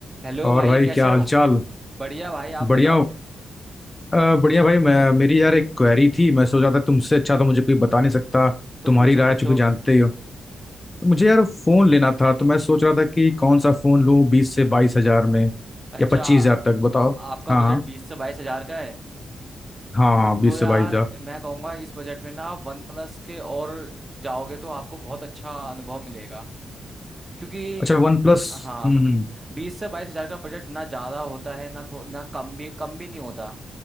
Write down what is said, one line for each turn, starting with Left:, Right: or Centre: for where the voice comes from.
Right: Hello
Left: और
Right: भाई
Left: भाई
Right: कैसे
Left: क्या हालचाल
Right: हो बढ़िया भाई आप बताओ
Left: बढ़िया हो अ, बढ़िया भाई मैं मेरी यार एक क्वेरी थी मैं सोच रहा था तुमसे अच्छा तो मुझे कोई बता नहीं सकता
Right: तो
Left: तुम्हारी
Right: पूछो
Left: राय
Right: पूछो
Left: चूंकि जानते ही हो तो मुझे यार फोन लेना था तो मैं सोच रहा था कि कौन सा फोन लूं बीस से बाईस हजार में
Right: अच्छा
Left: या पच्चीस हजार तक बताओ
Right: आपका
Left: हाँ
Right: बजट
Left: हाँ
Right: बीस से बाईस हजार का है
Left: हाँ हाँ बीस
Right: तो यार
Left: से बाईस हजार
Right: मैं कहूँगा इस बजट में ना आप वन प्लस के और जाओगे तो आपको बहुत अच्छा अनुभव मिलेगा क्योंकि
Left: अच्छा वन प्लस
Right: हाँ
Left: हम्म हम्म,
Right: बीस से बाईस हजार का बजट ना ज़्यादा होता है ना थो ना कम भी कम भी नहीं होता